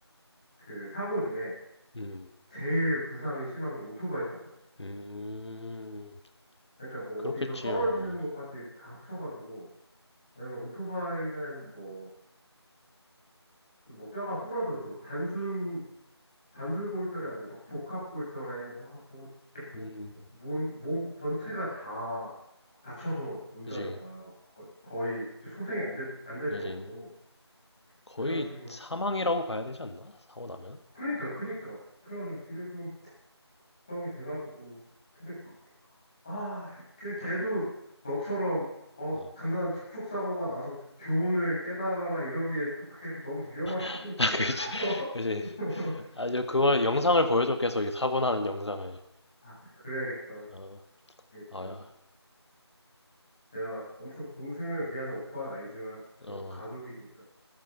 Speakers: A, on the left; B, on the left.
A: 그 사고 중에
B: 음.
A: 제일 부상이 심한 게 오토바이 사고래요.
B: 음.
A: 그러니까 뭐
B: 그렇겠지요.
A: 어디서 떨어지는 것까지 다 합쳐가지고 왜냐면 오토바이는 뭐, 그뭐 뼈가 부러져도 단순 단술골절이 아니고 막 복합골절에 뭐, 뭐, 뭐,
B: 음.
A: 몸, 몸 전체가 다 다쳐서 온다는
B: 그지.
A: 거야. 막 거- 거의 진짜 소생이 안 될, 안 될
B: 그지.
A: 정도로.
B: 거의
A: 그래가지고
B: 사망이라고 봐야 되지 않나? 사고 나면?
A: 그니까, 그니까. 그래가지고 그게 좀 걱정이 돼가지고. 근데, 아, 걔, 걔도 너처럼, 어,
B: 응.
A: 간단한 접촉사고가 나서 교훈을 깨달아라 이러기에 또 그게 너무 위험하게
B: <laughs>
A: 하니까.
B: 아, 그지. 그지.
A: <laughs>
B: 아주 그걸
A: 어,
B: 영상을 보여줘, 계속 이 사고 나는 영상을.
A: 아, 그래야겠다.
B: 어,
A: 이게
B: 아야.
A: 좀 내가 엄청 동생을 위하는 오빠는 아니지만, 그래도
B: 어,
A: 가족이니까.